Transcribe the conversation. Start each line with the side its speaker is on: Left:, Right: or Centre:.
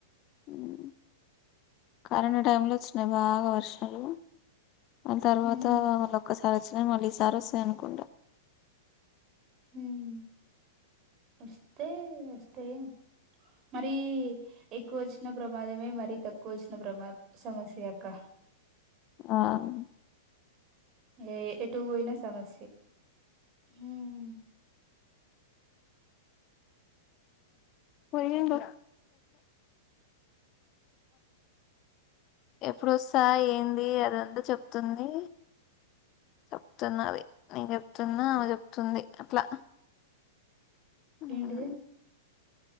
Left: ఉహ్ కరోనా టైం లో వచ్చినాయి బాగా వర్షాలు ఆ తర్వాత
Right: ఉమ్
Left: ఆళ్ళ ఒక్కసారి మాళ్ళీ ఈ సారోస్తాయి అనుకుండ
Right: ఉహ్మ్ వస్తే వస్తయేమో మరి ఎక్కువ వచ్చిన ప్రమాదమే మరి తక్కువ వచ్చిన ప్రమా సమస్యే అక్క
Left: ఆహ్
Right: ఏ ఎటు పోయినా సమస్యే ఉహ్మ్
Left: పోయ్యిండు. ఎప్పుడోస్తా ఏంది అదంతా చెప్తుంది చెప్తున్నది నేన్ చెప్తున్నా. అమ చెప్తుంది అట్లా ఉహ్మ్
Right: ఏంటిది